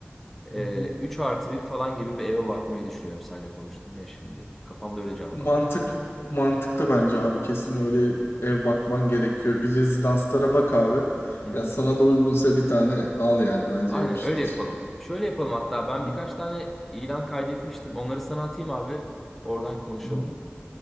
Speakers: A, in the centre; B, on the left (about 75°).
A: Ee,
B: Hı hı.
A: 3 artı bir falan gibi bir eve bakmayı düşünüyorum senle konuştum ya şimdi. Kafamda öyle canlandı.
B: mantık mantıklı bence abi. Kesin öyle ev bakman gerekiyor. Bir rezidanslara bak abi.
A: Hı hı.
B: Ya sana da uygunsa bir tane al yani bence
A: Aynen
B: yapıştır.
A: öyle yapalım. Şöyle yapalım hatta ben
B: Hı
A: birkaç tane ilan kaydetmiştim. Onları sana atayım abi. Oradan konuşalım.
B: hı.